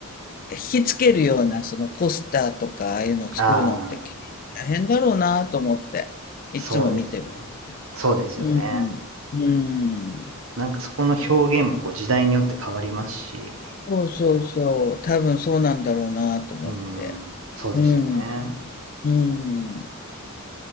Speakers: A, on the left; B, on the right.
A: 引きつけるような、そのポスターとか、ああいうのを作るのって、
B: ああ、
A: 大変だろうなと思って、いつも見てるんですけど。
B: そうですよね。そうですよね。
A: うん。うん。
B: なんかそこの表現もこう時代によって変わりますし、
A: そうそうそう、多分そうなんだろうなと思って。
B: うーん、そうですよね。
A: うん、うん。